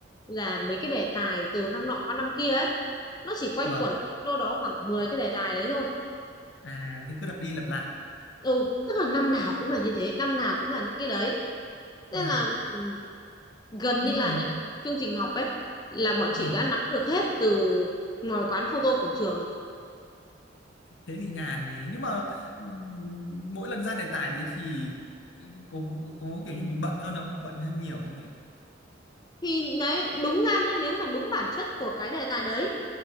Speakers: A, on the left; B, on the left.
A: là mấy cái đề tài từ năm nọ qua năm kia ấy nó chỉ quanh
B: vâng
A: quẩn trong đâu đó khoảng 10 cái đề tài đấy thôi
B: à thì cứ lặp đi lặp lại
A: ừ tức là năm nào cũng là như thế năm nào cũng là những cái đấy thế
B: ờ
A: là ừm, gần
B: nhưng
A: như là
B: mà
A: nhá chương trình học ấy là bọn
B: ừ,
A: chị đã nắm được hết từ ngoài quán photo cổng trường rồi
B: thế thì nhàn nhỉ nhưng mà ừm, mỗi lần ra đề tài đấy thì có có kiểu như mình bận hơn không bận hơn nhiều chứ nhỉ
A: thì đấy đúng ra nhá nếu mà đúng bản chất của cái đề tài đấy